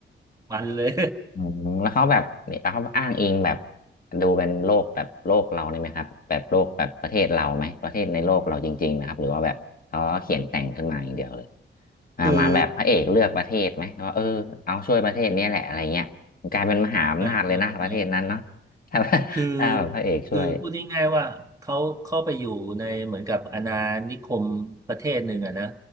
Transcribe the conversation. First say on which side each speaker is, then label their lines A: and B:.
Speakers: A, on the right; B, on the left.
A: มันเลย
B: อืมแล้วเขาแบบเนี่ยแล้วเขาอ้างอิงแบบดูเป็นโลกแบบโลกเราเลยไหมครับแบบโลกแบบประเทศเราไหมประเทศในโลกเราจริงๆนะครับหรือว่าแบบเขาก็เขียนแต่งขึ้นมาอย่างเดียวเลยมามาแบบพระเอกเลือกประเทศไหมว่าเออเอาช่วยประเทศเนี้ยแหละอะไรเงี้ยมันกลายเป็นมหาอำนาจเลยนะประเทศนั้นเนาะ
A: <laughs> คือไม่ไม่ไม่
B: <laughs> ถ้า
A: คือ
B: ถ้าแบบพระเอกช่วย
A: คือพูดง่ายๆว่าเขาเข้าไปอยู่ในเหมือนกับอาณานิคมประเทศหนึ่งอะนะ